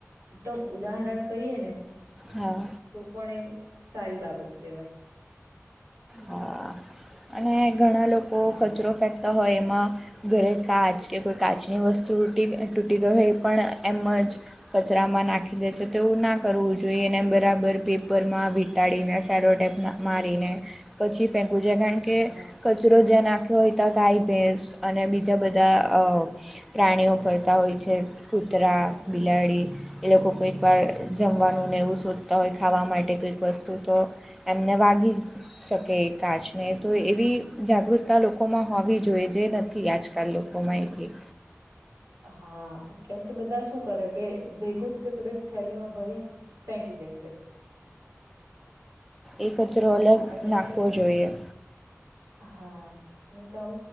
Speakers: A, on the right (about 80°); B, in the centre.
A: કેમ ઉદાહરણ કઈ, એ ને
B: હા
A: તો પણ એમ સારી બાબત, કહેવાય
B: હા અને ઘણા લોગો
A: હા
B: કચરો ફેંકતા હોય, એમાં ઘરે કાચ કે કોઈ કાચની, વસ્તુૂટી તૂટી ગઈ હોય, એ પણ એમ જ કચરામાં નાખી દે છે, તોવું ના કરવું જોઈએ, એને બરાબર પેપરમા વિીટાડીને સ મા પછી, ફેક કારણ કે
A: હા
B: કચરો નાખ હોય, તો ગાય ભેંસ અને બીજા બધા પ્રાણીઓ ફરતા હોય છે, ખૂબ કૂતરા બિલાડી, એ લોકો કઈક વાર જમવાનું ને એવું શોધતા હોય, ખાવા માટે કઈક વર વસ્તુ, તો એમને વાગી શકે એ કાચને, તો એવી જાગૃતતા લોકોમા હોવી, જોઈએ જે નથી. આજકાલ લોકોમાં એટલી
A: હા, કેમ કે બધા શું કરે કે ભેગું જ કે થોડીક થેલીમા ભરી થેન્ક, યુ જેસ
B: એકતરો અલગ
A: અને
B: નાખવો, જોઈએ
A: હા, અને કામ